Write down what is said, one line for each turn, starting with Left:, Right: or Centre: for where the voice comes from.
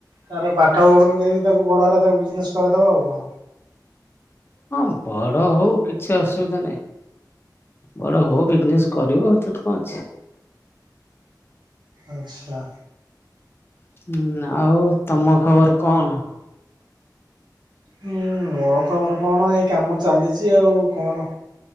Right: ତାର ପାଠ ପଢୁ ଯଦି ତାକୁ ବଡ ହେଲା ତାକୁ ବିଜନେସ କରାଇଦବ ଆଉ କଣ।
Left: ହଁ ବଡ ହଉ କିଛି ଅସୁବିଧା ନାହିଁ। ବଡ ହଉ ବିଜନେସ କରିବ ସେଥିରେ କଣ ଅଛି।
Right: ଆଚ୍ଛା।
Left: ହୁଁ ଆଉ ତମ ଖବର କଣ?
Right: ହୁଁ ମୋର ଖବର କଣ ଏଇ କାମ ଚାଲିଛି ଆଉ କଣ?